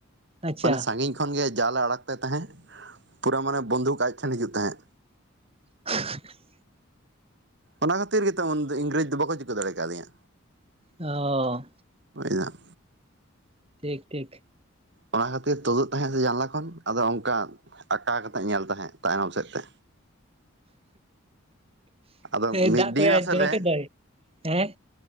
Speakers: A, on the right (about 30°); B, on the right (about 55°).
A: ᱟᱪᱪᱷᱟ
B: ᱢᱟᱱᱮ ᱥᱟᱸᱜᱤᱧ ᱠᱷᱚᱱ ᱜᱮ ᱡᱟᱞᱮ ᱟᱲᱟᱜ ᱛᱟᱭ ᱛᱟᱦᱮᱸᱫ᱾ ᱯᱩᱨᱟᱹ ᱢᱟᱱᱮ ᱵᱚᱱᱫᱷᱩᱠ ᱟᱡ ᱴᱷᱮᱱ ᱦᱤᱡᱩᱜ ᱛᱟᱦᱮᱸᱜ᱾
A: <inaudible>
B: ᱚᱱᱟ ᱠᱷᱟᱹᱛᱤᱨ ᱜᱮ ᱛᱚ ᱩᱱᱫᱚ ᱤᱝᱨᱮᱡᱽ ᱫᱚ ᱵᱟᱠᱚ ᱪᱤᱠᱟᱹ ᱫᱟᱲᱮ ᱠᱟᱣᱫᱮᱭ-ᱟ᱾
A: ᱚ
B: ᱵᱩᱡᱽ ᱫᱟᱢ᱾
A: ᱴᱷᱤᱠ ᱴᱷᱤᱠ᱾
B: ᱚᱱᱟ ᱠᱷᱟᱹᱛᱤᱨ ᱛᱩᱫᱩᱜ ᱛᱟᱦᱮᱸᱜ ᱥᱮ ᱡᱟᱱᱞᱟ ᱠᱷᱚᱱ ᱟᱫᱚ ᱚᱝᱠᱟ ᱟᱠᱟ ᱠᱟᱛᱮᱜ ᱧᱮᱞ ᱛᱟᱦᱮᱸᱜ ᱛᱟᱭᱱᱚᱢ ᱥᱮᱫ ᱛᱮ᱾ ᱟᱫᱚ
A: ᱮᱭ
B: ᱢᱤᱫ
A: ᱫᱟᱜ ᱠᱚᱭᱟᱭ
B: ᱫᱤᱱ ᱟᱥᱚᱞᱮ
A: ᱡᱚᱨᱚ ᱠᱮᱫ ᱫᱚᱭ᱾ ᱦᱮᱸ᱾